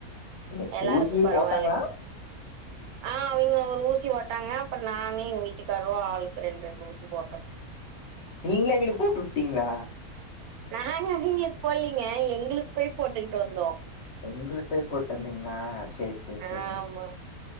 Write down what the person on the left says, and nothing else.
சேரி சேரி
ஊசி கீசி
போட்டாங்களா
நீங்ளே அவிகளுக்கு போட்டு வுட்டீங்ளா
உங்களுக்கு போய் போட்டு வந்தீங்ளா சேரி சேரி
சேரிங்க